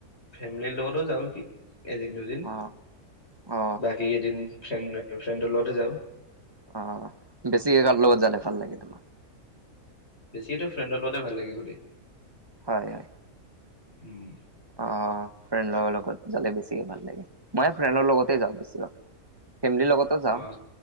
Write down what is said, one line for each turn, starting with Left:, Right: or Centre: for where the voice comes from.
Left: ফেমিলিৰ লগতো যাও কি এদিন দুদিন।
Right: অ অ
Left: বাকী এেইদিন ফ্ৰেণ্ড ফ্ৰেণ্ডৰ লগতে যাওঁ।
Right: অ', বেছি কাৰ লগত জালে ভাল লাগে তোমাক।
Left: বেছিকেতো ফ্ৰেণ্ডৰ লগতে ভাল লাগে গোটেই।
Right: হয়।
Left: উম।
Right: অ', ফ্ৰেণ্ড লগৰ লগত। জালে বেছিকে ভাল লাগে মই ফ্ৰেণ্ডৰ লগতে যাওঁ বেছিভাগ ফেমিলিৰ লগত যাওঁ।
Left: অ